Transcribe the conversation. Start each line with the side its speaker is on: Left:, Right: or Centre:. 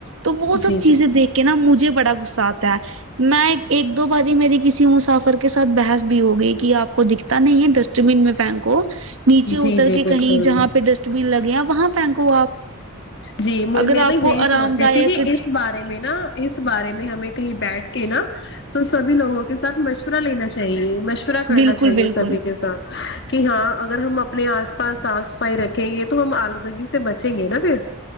Right: تو وہ سب
Left: جی
Right: چیزیں
Left: جی
Right: دیکھ کے نا مجھے بڑا غصہ آتا ہے میں ایک دو باری میری کسی مسافر کے ساتھ بحث بھی ہو گئی کہ آپ کو دیکھ تا نہیں ہے ڈسٹ بین میں پینکو نیچے
Left: جی
Right: اتر
Left: جی
Right: کے
Left: بالکل
Right: کہیں جہاں پہ ڈسٹ لگے ہے وہاں پھینکو آپ
Left: جی میں
Right: اگر آپ
Left: نے یہی
Right: کو آرام
Left: سوچتی
Right: دایک
Left: تھی کہ اس بارے میں نا اس بارے میں ہمیں کہیں بیٹھ کے نا تو سبھی لوگوں کے ساتھ مشورہ لینا چاہیے مشورہ کرنا
Right: بالکل
Left: چاہیے
Right: بالکل
Left: سبھی کے ساتھ کہ ہاں اگر ہم اپنے آس پاس صاف صفائی رکھیں گے تو ہم آلودگی سے بچیں گے نا پھر